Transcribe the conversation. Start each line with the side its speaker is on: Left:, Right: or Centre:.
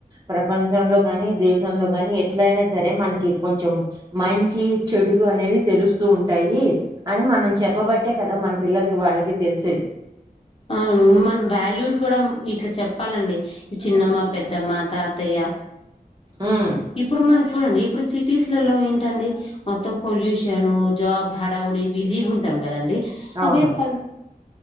Right: ప్రపంచంలో కానీ దేశంలో కాగాని ఎట్ల అయినా సరే మనకి కొంచెం మంచి చెడులు అనేవి తెలుస్తూ ఉంటాయి అని మనం చెప్పబట్టే కదా మన పిల్లలకి వాళ్ళకి తెలిసేది
Left: ఆ అ మన వాల్యూస్ కూడా ఇట్లా చెప్పాలండి చిన్నమ్మ పెద్దమ్మ తాతయ్య
Right: హ్మ్.
Left: ఇప్పుడు మనం చూడండి ఇప్పుడు సిటీస్లలో ఏంటండి మొత్తం పొల్యూషన్ జాబ్ హడావుడి బిజీగా ఉంటాం కదండి
Right: అవును
Left: అదే ప